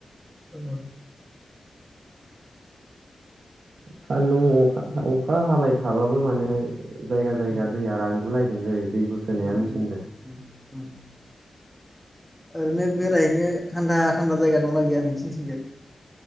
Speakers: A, in the centre; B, on the right (about 70°).
A: औ
B: सान्दुं अखा अखा हाबाय थाबाबो माने जायगा जायगा
A: उम
B: दैया रानगुलायदों दै दै बोखोनाया
A: उम
B: मेचनजों
A: उम उम उम ओरैनो बेरायहैनो थान्दा थान्दा जायगा दंना गैया नोंसोरनिथिंजाय?